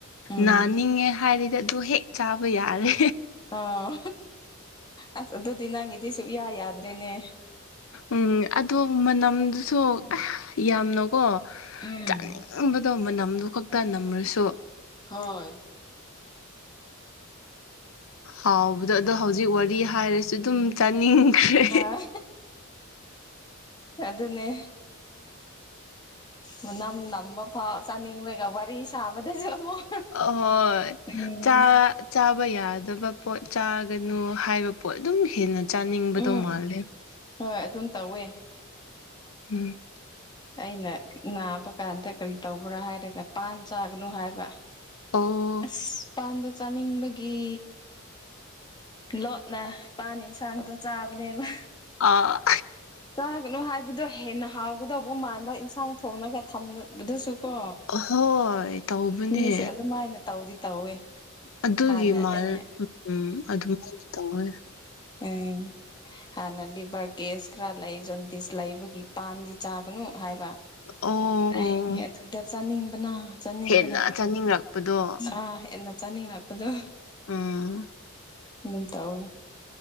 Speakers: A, on the left; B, on the left.
A: ꯎꯝ
B: ꯅꯥꯅꯤꯡꯉꯦ ꯍꯥꯏꯔꯗꯤ ꯗꯣ ꯍꯦꯛ ꯆꯥꯕ ꯌꯥꯔꯦ꯫
A: ꯑꯣ ꯑꯁ ꯑꯗꯨꯗꯤ ꯅꯪꯒꯤꯗꯤ ꯁꯨꯛꯌꯥ ꯌꯥꯗ꯭ꯔꯦꯅꯦ꯫
B: ꯎꯝ ꯑꯗꯣ ꯃꯅꯝꯗꯨꯁꯨ ꯌꯥꯝꯅꯀꯣ
A: ꯎꯝ
B: ꯆꯥꯅꯤꯡ ꯅꯕꯗꯣ ꯑꯃ ꯅꯝꯗꯨ ꯈꯛꯇ ꯅꯝꯃꯔꯁꯨ
A: ꯍꯣꯏ
B: ꯑ ꯍꯥꯎꯕꯗꯣ ꯑꯗꯣ ꯍꯧꯖꯤꯛ ꯋꯥꯔꯤ ꯍꯥꯏꯔꯁꯨ ꯑꯗꯨꯝ ꯆꯥꯅꯤꯡꯈ꯭ꯔꯦ꯫
A: ꯑ ꯑꯗꯨꯅꯦ꯫ ꯃꯅꯝ ꯅꯝꯕ ꯐꯥꯎ ꯆꯥꯅꯤꯡꯂꯒ ꯋꯥꯔꯤ ꯁꯥꯕꯗꯁꯨ ꯑꯃꯨꯛ
B: ꯍꯣꯏ
A: ꯎꯝ
B: ꯆꯥ ꯆꯥꯕ ꯌꯥꯗꯕ ꯄꯣꯠ ꯆꯥꯒꯅꯨ ꯍꯥꯏꯕ ꯄꯣꯠ ꯑꯗꯨꯝ ꯍꯦꯟꯅ ꯆꯥꯅꯤꯡꯕꯗꯧ
A: ꯎꯝ
B: ꯃꯥꯜꯂꯦ꯫
A: ꯍꯣꯏ ꯑꯗꯨꯝ ꯇꯧꯋꯦ꯫
B: ꯎꯝ
A: ꯑꯩꯅ ꯅꯥꯕ ꯀꯥꯟꯗ ꯀꯔꯤ ꯇꯧꯕ꯭ꯔꯥ ꯍꯥꯏꯔꯒ ꯄꯥꯟ ꯆꯥꯒꯅꯨ ꯍꯥꯏꯕ
B: ꯑꯣ
A: ꯑꯁ ꯄꯥꯟꯗ ꯆꯥꯅꯤꯡꯕꯒꯤ꯫ ꯂꯣꯠꯅ ꯄꯥ ꯌꯦꯟꯁꯥꯡꯗꯣ ꯆꯥꯕꯅꯦꯕ
B: ꯑ
A: ꯀꯥꯒꯅꯣ ꯍꯥꯏꯕꯗꯣ ꯍꯦꯟꯅ ꯍꯥꯎ ꯎꯗꯧꯕ ꯃꯥꯟꯕ ꯏꯟꯁꯥꯡ ꯊꯣꯡꯅꯒ ꯊꯝꯕꯗꯨꯁꯨ ꯀꯣ
B: ꯑ ꯍꯣꯏ ꯇꯧꯕꯅꯦ꯫
A: ꯃꯤꯁꯦ ꯑꯗꯨꯃꯥꯏꯅ ꯇꯧꯗꯤ ꯇꯧꯋꯦ꯫
B: ꯑꯗꯨꯒꯤ
A: ꯍꯥꯟꯅ
B: ꯃꯥꯜ
A: ꯑꯩꯅ
B: ꯎꯝ ꯑꯗꯨꯃꯥꯏꯅ ꯇꯧꯕꯅꯦ꯫
A: ꯎꯝ ꯍꯥꯏꯅ ꯂꯩꯕ ꯈꯔ ꯂꯩ ꯖꯣꯟꯗꯤꯁ ꯂꯩꯕꯒꯤ ꯄꯥꯟꯗꯤ ꯆꯥꯒꯅꯨ ꯍꯥꯏꯕ
B: ꯑꯣ
A: ꯍ
B: ꯑꯣ ꯑꯣ
A: ꯑꯗꯨꯗ ꯆꯥꯅꯤꯡꯕꯅ ꯆꯥꯅꯤꯡꯕꯅ
B: ꯍꯦꯟꯅ ꯆꯥꯅꯤꯡꯔꯛꯄꯗꯣ
A: ꯑꯥ ꯍꯦꯟꯅ ꯆꯥꯅꯤꯡꯉꯛꯄꯗꯣ
B: ꯎꯝ
A: ꯑꯗꯨꯝ ꯇꯧꯋꯦ꯫